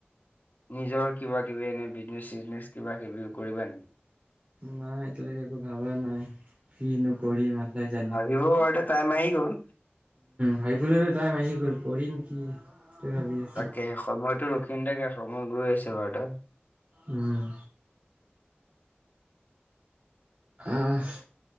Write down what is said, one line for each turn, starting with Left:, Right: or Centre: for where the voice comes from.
Left: নিজৰ কিবা-কিবি, এনেই বিজনেচ চিজনেচ কিবা-কিবি কৰিবা নেকি?
Right: নাই এতিয়ালৈকে একো ভাবা নাই, কি নক মাললাই জানি
Left: ডিব্ৰুগড়তে টাইম আহি গ'ল।
Right: ভাবিবলৈ টাইম আহি গ'ল, পঢ়িম কি সেইটোয়ে ভাবি আছো
Left: তাকে সময়তো ৰখি নাথাকে, সময় গৈ আছে বাৰু ত
Right: উম্, আহ